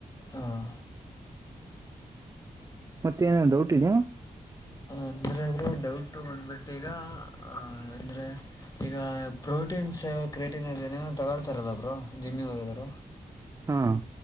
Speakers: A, on the left (about 25°); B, on the right (about 25°).
A: ಹಾಂ
B: ಮತ್ತೆ ಏನೇ ಡೌಟ್ ಇದಯಾ
A: ಅಂದ್ರೆ ಅವರು ಡೌಟ್ ಬಂದ್ಬಿಟ್ಟ ಈಗ ಆ ಅಂದ್ರೆ ಈಗ ಪ್ರೋಟೀನ್ ಸೇವಾ ಕ್ರೇಟೀನ್ ನೇನೋ ತಗೊಳ್ತಾರಲ್ಲ ಬ್ರರು ಜಿಮ್ಮಿಗೆ ಹೋದರು
B: ಹಾಂ